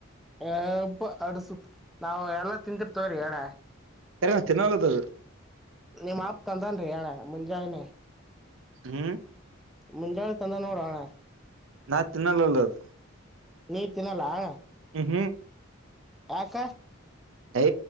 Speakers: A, in the centre; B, on the right.
A: ಹಬ್ಬ ಅಡ್ಸು ನಾವವು ಎಲ್ಲ ತಂತಿರ್ತವ್ರಿ ಎಣ
B: ಅರಿ ಚೆನ್ನಾಗತದು
A: ನಿಮ್ಪ್ ತಂದನ್ರಿ ಣ್ಣ ಮುಂಜಾನೆನೆೇ
B: ಹ್ಮ್
A: ಮುಂಜಾಳೆ ತಂದನೋ ಹಣಾ
B: ನಾ ತಿನ್ನಲ್ಲಲದು
A: ನೀರ್ ತಿನ್ನಲ್ಲ ಹ
B: ಹ್ಮ
A: ಹಕ್ಕ
B: ಏ